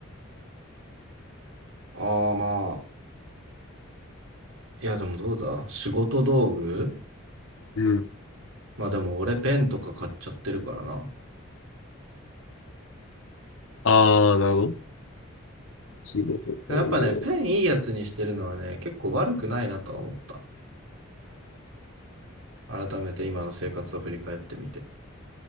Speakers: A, on the right; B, on the left.
A: ああまあ、いやでもどうだ仕事道具
B: うん。
A: まあでも俺ペンとか買っちゃってるからな。
B: あー、なるほど。仕事とかね、
A: やっぱね、ペンいいやつにしてるのはね、結構悪くないなとは思った。改めて今の生活を振り返ってみて。